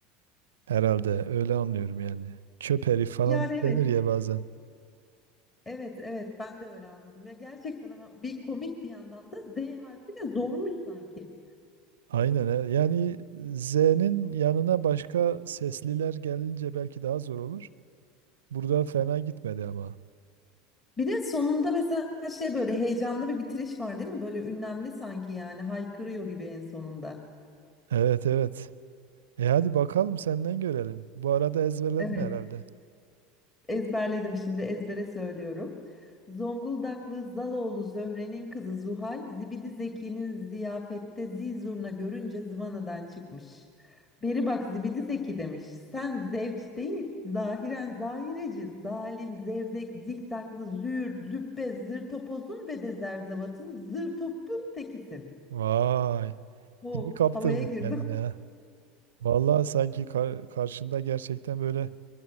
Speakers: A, on the right (about 70°); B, on the left (about 20°).
A: Herhalde öyle anlıyorum yani. Çöp herif falan
B: Yani evet,
A: denir ya bazen.
B: evet, evet ben de öyle anladım. Ya gerçekten ama bir komik bir yandan da Z harfi de zormuş sanki.
A: Aynen he. yani Z'nin yanına başka sesliler gelince belki daha zor olur. Burada fena gitmedi ama.
B: Bir de sonunda mesela şey böyle heyecanlı bir bitiriş var değil mi? Böyle ünlemli sanki yani haykırıyor gibi en sonunda.
A: Evet evet. E hadi bakalım senden görelim. Bu arada ezberledin
B: Evet.
A: herhalde.
B: ezberledim şimdi ezbere söylüyorum. Zonguldaklı Zaloğlu Zöhre'nin kızı Zuhal, Zibidi Zeki'nin ziyafette zizurna görünce zıvanadan çıkmış. Beri bak Zibidi Zeki demiş. Sen zevç değil, zahiren zahireci, zalim, zevzek, zikzaklı, züğürt, züppe, zır topozun ve de zerzavatın, zır topun tekisin.
A: Vay.
B: Oo,
A: İyi kaptırdın
B: havaya girdim.
A: kendini ha. Vallahi sanki kar- karşında gerçekten böyle